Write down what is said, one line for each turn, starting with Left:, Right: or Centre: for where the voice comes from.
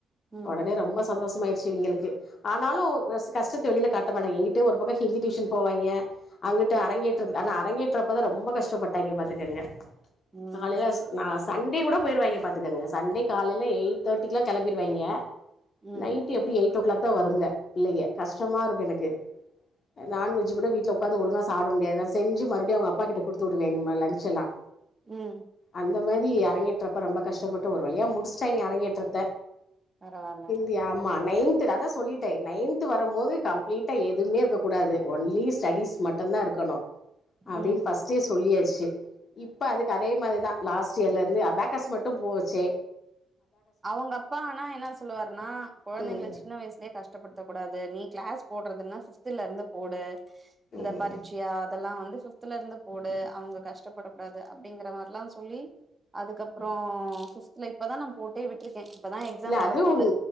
Right: ம்
Left: உடனே ரொம்ப சந்தோஷம் ஆயிடுச்சு இவிங்களுக்கு ஆனாலும் கஷ் கஷ்டத்த வெளில காட்ட மாட்டாய்ங்க இங்கிட்டு ஒரு பக்கம் ஹிந்தி டியூஷன் போவாய்ங்க அங்கட்டு அரங்கேற்றத்துக்கு ஆனா அரங்கேற்றப்பதான் ரொம்ப கஷ்டப்பட்டாய்ங்க பாத்துக்கங்க
Right: ம்
Left: காலையில நா சண்டே கூட போயிடுவாங்க பாத்துக்கங்க சண்டே காலைல எயிட் தேர்ட்டிக்கெலாம் கிளம்பிடுவாங்க
Right: ம்
Left: நைட் எப்படி எயிட் ஓ கிளாக் தான் வருங்க பிள்ளைங்க கஷ்டமா இருக்கும் எனக்கு நான்வெஜ் கூட வீட்ல உக்காந்து ஒழுங்கா சாப்ட முடியாது செஞ்சு மறுபடியும் அவுங்க அப்பாக்கிட்ட குடுத்து விடுவேன் இந்த மாரி லஞ்செல்லாம்
Right: ம்
Left: அந்த மாதி அறங்கேற்றப்ப ரொம்ப கஷ்டப்பட்டு ஒரு வழியா முடிச்சுட்டாய்ங்க அறங்கேற்றத்த
Right: பரவால்ல
Left: தியா ஆமா நைன்த்ல அதா சொல்லிட்டே நைன்த் வரும் போது கம்ப்ளீட்டா எதுவுமே இருக்கக்கூடாது ஓன்லி ஸ்டடிஸ் மட்டுந்தா இருக்கணு அப்டின்னு
Right: ம்
Left: பஸ்டே சொல்லியாச்சி இப்ப அதுக் அதே மாதிரிதா லாஸ்ட் இயர்ல இருந்து அபேக்காஸ் மட்டு போச்சு
Right: அவுங்க அப்பா ஆனா என்ன சொல்லுவாருன்னா கொழந்தைங்கள
Left: ம்
Right: சின்ன வயசுலே கஷ் கஷ்டப்படுத்தக் கூடாது நீ கிளாஸ் போட்றதுன்னா சிக்ஸ்த்துல இருந்து போடு இந்த
Left: ம்
Right: பரிச்சி டியா அதெல்லா வந்து ஃபிப்தல இருந்து போடு அவங்க கஷ்டப்படக்க கூடாது அப்டிங்கிற மாரெல்லாம் சொல்லி அதுக்கப்றோ ஃபிப்த்துல இப்பதா நா போட்டே விட்டுருக்கே இப்பதா எக்ஸாம்
Left: இல்ல
Right: வரப்போது
Left: அது உண்